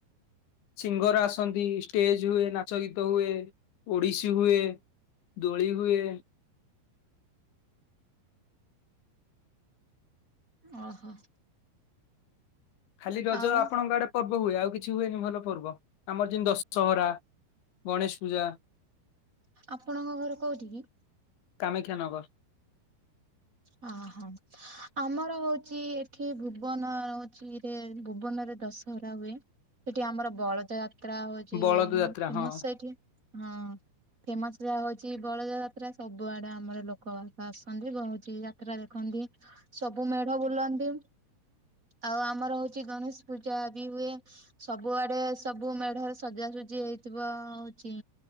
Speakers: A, on the left; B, on the right.
A: ସିଙ୍ଗର ଆସନ୍ତି ଷ୍ଟେଜ ହୁଏ ନାଚ ଗୀତ ହୁଏ। ଓଡିଶୀ ହୁଏ ଦୋଳି ହୁଏ।
B: ଓହୋ।
A: ଖାଲି ରଜ
B: ଆଉ
A: ଆପଣଙ୍କ ଆଡେ ପର୍ବ ହୁଏ ଆଉ କିଛି ହୁଏନି ଭଲ ପର୍ବ ଆମର ଯେମିତି ଦଶହରା। ଗଣେଶ ପୂଜା।
B: ଆପଣଙ୍କ ଘର କୋଉଠି କି?
A: କାମାକ୍ଷାନଗର।
B: ହ ହଁ। ଆମର ହଉଛି ଏଠି ଭୁବନ ହଉଛିରେ ଭୁବନରେ ଦଶହରା ହୁଏ। ସେଠି ଆମର ବଳଦ ଯାତ୍ରା ହଉଛି
A: ବଳଦ ଯାତ୍ରା
B: ଫେମସ
A: ହଁ
B: ଏଠି ହଁ। ଫେମସ ଯାହା ହଉଛି ବଳ ଯାତ୍ରା ସବୁଆଡେ ଆମର ଲୋକ ବାକ ଆସନ୍ତି ବହୁ। ଯାତ୍ରା ଦେଖନ୍ତି ସବୁ ମେଢ ବୁଲନ୍ତି। ଆଉ ଆମର ହଉଛି ଗଣେଶ ପୂଜା ବି ହୁଏ। ସବୁଆଡେ ସବୁ ମେଢରେ ସଜାସଜି ହେଇଥିବ ହଉଚି।